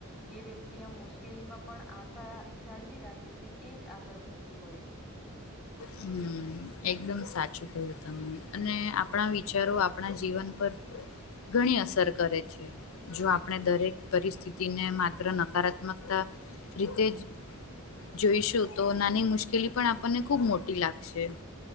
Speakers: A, in the centre; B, on the left.
A: જે વ્યક્તિ આ મુશ્કેલીમાં પણ આશા જાળવી રાખે, કે જે તે જ આગળ વધતી હોય છે
B: હમ એકદમ સાચું કયું તમે અને આપણા વિચારો આપણા જીવન પર ઘણી અસર કરે છે જો આપણે દરેક પરિસ્થિતિને. માત્ર નકારાત્મકતા રીતે જ. જોઈશું તો નાની મુશ્કેલી પણ આપણને ખુબ મોટી લાગશે.